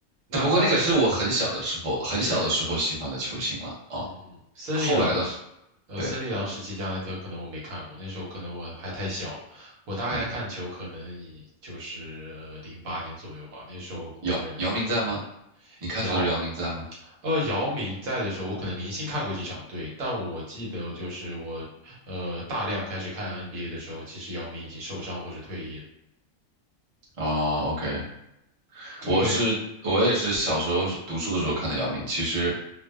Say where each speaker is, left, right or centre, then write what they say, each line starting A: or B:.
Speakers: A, on the right; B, on the right.
A: 那他在三，
B: 只不过那个是我很小的时候，很小的时候喜欢的球星了。
A: 对。
B: 哦，
A: 嗯嗯，森林狼时呃，
B: 后来的，对，
A: 森林狼时期加内特可能我没看过，那时候可能我还太小了。我大概看球可能也就是零八年左右吧，
B: 嗯，
A: 那时候湖人对
B: 姚姚明在吗？你看球的时候姚明在吗？
A: 姚，呃，姚明在的时候，我可能零星看过几场，对，但我记得就是我，呃，大量开始看 NBA 的时候，其实姚明已经受伤或者退役了。
B: 哦，OK，
A: 对，
B: 我是我也是小时候是读书的时候看的姚明。其实，